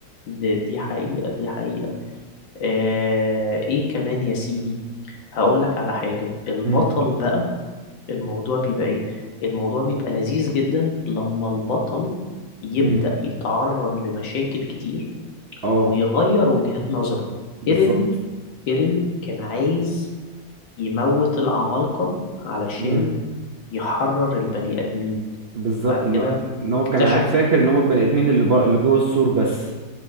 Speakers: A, on the left; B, on the right.
A: دي دي حقيقة دي حقيقة آه ايه كمان يا سيدي هقول لك على حاجة البطل
B: <laughs>
A: بقى الموضوع بيبقى ايه الموضوع بيبقى لذيذ جدا لما البطل يبدأ
B: مم.
A: يتعرض لمشاكل كتير
B: اه
A: ويغير وجهات نظره
B: بالظبط
A: ايرين ايرين كان عايز يموت العمالقة علشان
B: مم.
A: يحرر البني آدمين
B: بالظبط
A: بعد كده
B: ان إن هو
A: اكتشف
B: كان عارف فاكر ان هو البني ادمين اللي بر... اللي جوه السور بس